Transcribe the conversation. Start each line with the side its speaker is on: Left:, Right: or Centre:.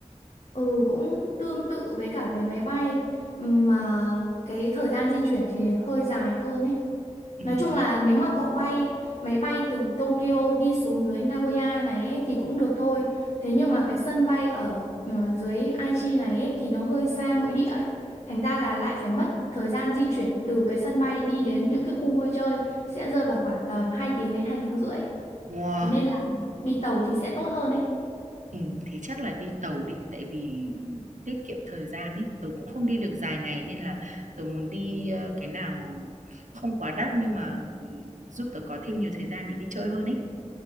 Left: Ừ cũng tương tự với cả vé máy bay mà cái thời gian di chuyển thì hơi dài hơn ấy.
Right: Ừ.
Left: Nói chung là nếu mà cậu bay máy bay từ Tokyo đi xuống dưới Nagoya này ấy, thì cũng được thôi. Thế nhưng mà cái sân bay ở ờ, dưới Aichi này ấy, thì nó hơi xa nội địa ấy. Thành ra là lại phải mất thời gian di chuyển từ cái sân bay đi đến những cái khu vui chơi sẽ rơi vào khoảng tầm 2 tiếng đến 2 tiếng rưỡi.
Right: Wow,
Left: Thế nên là đi tàu thì sẽ tốt hơn ấy.
Right: ừ, thế chắc là đi tàu đi, tại vì ừm, tiết kiệm thời gian ấy, tôi cũng không đi được dài ngày nên là tôi muốn đi ờ, cái nào không quá đắt nhưng mà ừm, giúp tôi có thêm nhiều thời gian để đi chơi hơn ấy.